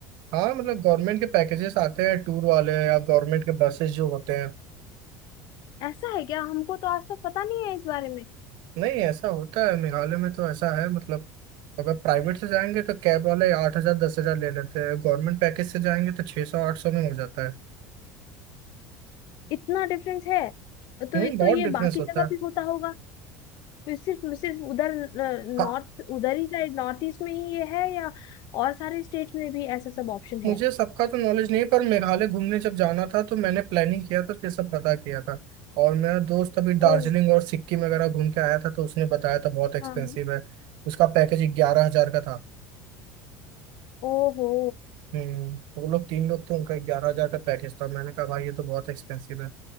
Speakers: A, on the right; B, on the left.
A: हाँ मतलब गवर्नमेंट के पैकेजेस आते हैं टूर वाले या गवर्नमेंट के बसेस जो होते हैं
B: ऐसा है क्या हमको तो आज तक पता नहीं है इस बारे में
A: नहीं ऐसा होता है मेघालय में तो ऐसा है मतलब अगर प्राइवेट से जाएंगे तो कैब वाले आठ हजार दस हजार ले लेते हैं गवर्नमेंट पैकेज से जाएंगे तो छः सौ आठ सौ में हो जाता है
B: इतना डिफरेंस है तो
A: हम्म बहुत
B: तो ये
A: डिफरेंस
B: बाकी
A: होता
B: जगह
A: है
B: भी होता होगा फिर सिर्फ सिर्फ उधर
A: हाँ,
B: नॉर्थ उधर ही साइड नॉर्थ ईस्ट में ही ये है या और सारे स्टेट्स में भी ऐसा सब ऑप्शन
A: मुझे
B: है
A: सबका तो नॉलेज नहीं पर मेघालय घूमने जब जाना था तो मैंने प्लानिंग किया था तो ये सब पता किया था और मेरा दोस्त अभी
B: ओ
A: दार्जिलिंग और सिक्किम वगैरह घूम के आया था तो उसने बताया था बहुत एक्सपेंसिव
B: हाँ हाँ।
A: है उसका पैकेज ग्यारह हजार का था
B: ओहो
A: हम्म वो लोग तीन लोग थे उनका ग्यारह हजार का पैकेज था मैंने कहा भाई ये तो बहुत एक्सपेंसिव है